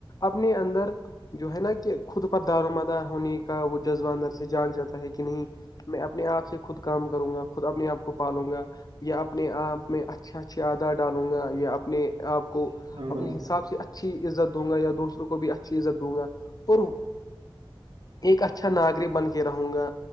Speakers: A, on the left; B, on the right.
A: اپنے اندر جو ہے نا کہ خود پر دار و مدار ہونے کا وہ جذبہ اندر سے جاگ جاتا ہے کہ نہیں میں اپنے آپ سے خود کام کروں گا خود اپنے آپ کو پالوں گا یا اپنے آپ میں اچھے اچھے آدار ڈالوں گا یا اپنے آپ کو اپنے
B: ہاں بھائی جان
A: حساب سے اچھی عزت دوں گا یا دوسروں کو بھی اچھی عزت دوں گا اور ایک اچھا ناگرک بن کے رہوں گا